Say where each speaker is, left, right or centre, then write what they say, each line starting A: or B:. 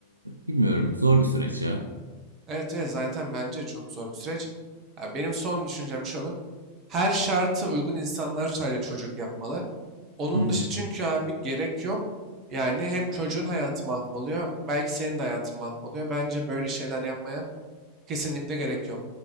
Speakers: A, on the right; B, on the right.
A: e, bilmiyorum zor bir süreç ya.
B: Evet, evet zaten bence çok zor bir süreç. Ya benim son düşüncem şu olur. Her şartı uygun insanlar sadece çocuk yapmalı. Onun
A: Hı hı.
B: dışı çünkü abi gerek yok. Yani hem çocuğun hayatı mahvoluyor, belki senin de hayatın mahvoluyor. Bence böyle şeyler yapmaya kesinlikle gerek yok.